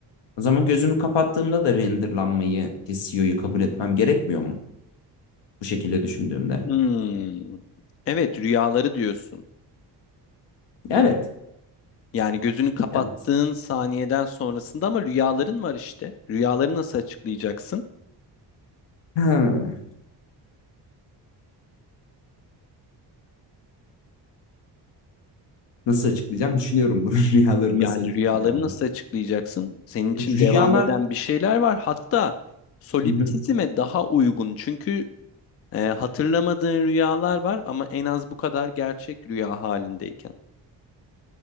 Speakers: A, on the left; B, on the left.
A: O zaman gözümü kapattığımda da renderlanmayı, CCU'yu kabul etmem gerekmiyor mu? Bu şekilde düşündüğümde.
B: Hmm. Evet, rüyaları diyorsun.
A: Evet.
B: Yani gözünü kapattığın
A: Evet.
B: saniyeden sonrasında ama rüyaların var işte. Rüyaları nasıl açıklayacaksın?
A: Ha, <laughs> nasıl açıklayacağım? Düşünüyorum bunu. <laughs> Rüyaları
B: Yani
A: nasıl açıklayacağımı.
B: rüyaları nasıl açıklayacaksın? Senin
A: E,
B: için
A: Rüyalar...
B: devam eden bir şeyler var. Hatta solipsizme
A: Hı hı.
B: daha uygun. Çünkü e, hatırlamadığın rüyalar var ama en az bu kadar gerçek rüya halindeyken.